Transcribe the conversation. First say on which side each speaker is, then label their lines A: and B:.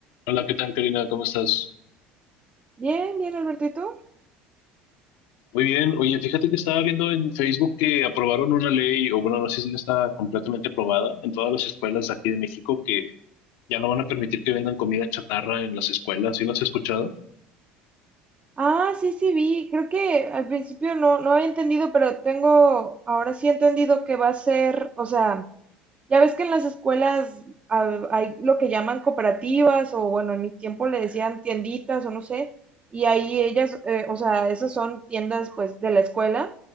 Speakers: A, on the left; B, on the right.
A: Hola, ¿qué tal, Karina? ¿Cómo estás?
B: Bien, bien, Alberto, ¿y tú?
A: Muy bien. Oye, fíjate que estaba viendo en Facebook que aprobaron una ley, o bueno, no sé si ya está completamente aprobada en todas las escuelas de aquí de México, que ya no van a permitir que vendan comida chatarra en las escuelas. ¿Sí lo has escuchado?
B: Ah, sí, sí, vi. Creo que al principio no, no había entendido, pero tengo, ahora sí he entendido que va a ser, o sea, Ya ves que en las escuelas ah, hay lo que llaman cooperativas o bueno, en mi tiempo le decían tienditas o no sé, y ahí ellas, eh, o sea, esas son tiendas pues de la escuela